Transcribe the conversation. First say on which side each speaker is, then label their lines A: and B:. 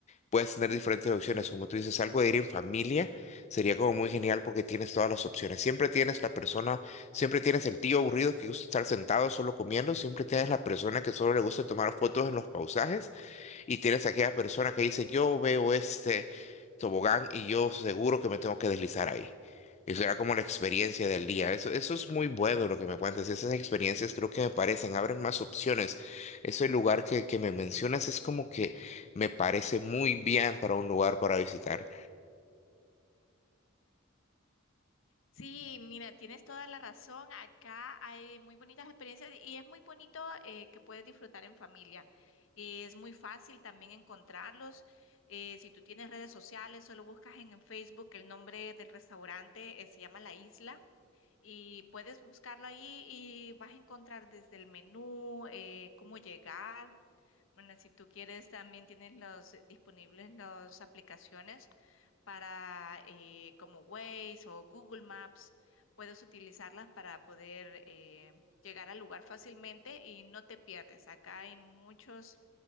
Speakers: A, on the left; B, on the left.
A: puedes tener diferentes opciones. Como tú dices, algo de ir en familia sería como muy genial porque tienes todas las opciones. Siempre tienes la persona, siempre tienes el tío aburrido que gusta estar sentado solo comiendo, siempre tienes la persona que solo le gusta tomar fotos en los pausajes. Y tienes aquella persona que dice, yo veo este tobogán y yo seguro que me tengo que deslizar ahí. Y será como la experiencia del día. Eso, eso es muy bueno lo que me cuentas. Esas experiencias creo que me parecen, abren más opciones. Ese lugar que, que me mencionas es como que me parece muy bien para un lugar para visitar.
B: Sí, mira, tienes toda la razón. Acá hay muy bonitas experiencias y es muy bonito eh, que puedes disfrutar en familia. es muy fácil también encontrarlos. Eh, si tú tienes redes sociales, solo buscas en, en Facebook el nombre del restaurante, eh, se llama La Isla. Y puedes buscarlo ahí y vas a encontrar desde el menú, eh, cómo llegar. Bueno, si tú quieres, también tienes los disponibles las aplicaciones para eh, como Waze o Google Maps. Puedes utilizarlas para poder eh, llegar al lugar fácilmente y no te pierdes. Acá hay muchas